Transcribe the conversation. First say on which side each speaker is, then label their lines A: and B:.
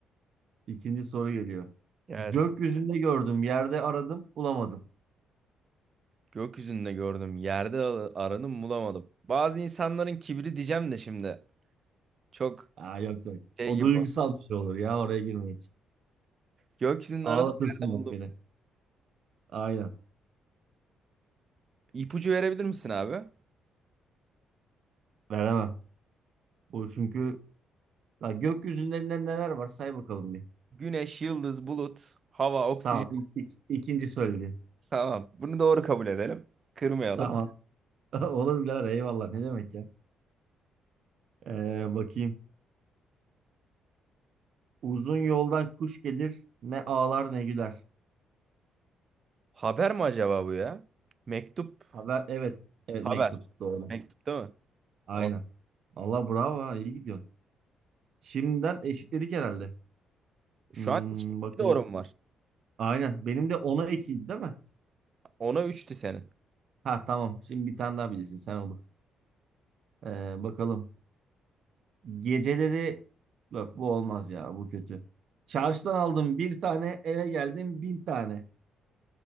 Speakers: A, on the right (about 60°); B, on the right (about 40°).
A: İkinci soru geliyor.
B: Gelsin.
A: Gökyüzünde gördüm, yerde aradım, bulamadım.
B: Gökyüzünde gördüm. Yerde al- aranım bulamadım. Bazı insanların kibri diyeceğim de şimdi. Çok
A: Aa, yok yok.
B: şey
A: O
B: gibi.
A: duygusal bir şey olur ya oraya girme hiç.
B: Gökyüzünde
A: Ağlatırsın
B: aradım. Yerde buldum.
A: bak beni. Aynen.
B: İpucu verebilir misin abi?
A: Veremem. Bu çünkü ya gökyüzünde ne- neler var say bakalım bir.
B: Güneş, yıldız, bulut, hava, oksijen.
A: Tamam. İ- ik- ikinci söylediğin.
B: Tamam. Bunu doğru kabul edelim. Kırmayalım.
A: Tamam. <laughs> Olur birader eyvallah ne demek ya. Ee, bakayım. Uzun yoldan kuş gelir ne ağlar ne güler.
B: Haber mi acaba bu ya? Mektup.
A: Haber evet. Evet
B: Haber.
A: mektup doğru.
B: Mektup değil mi?
A: Aynen.
B: O-
A: Allah bravo ha, iyi gidiyorsun. Şimdiden eşitledik herhalde.
B: Şu
A: Hmm,
B: an iki
A: bakalım.
B: doğru mu var?
A: Aynen. Benim de ona 2'ydi değil mi?
B: Ona üçtü senin.
A: Ha tamam. Şimdi bir tane daha bilirsin. Sen olur. Ee, bakalım. Geceleri yok bu olmaz ya. Bu kötü. Çarşıdan aldım bir tane eve geldim bin tane.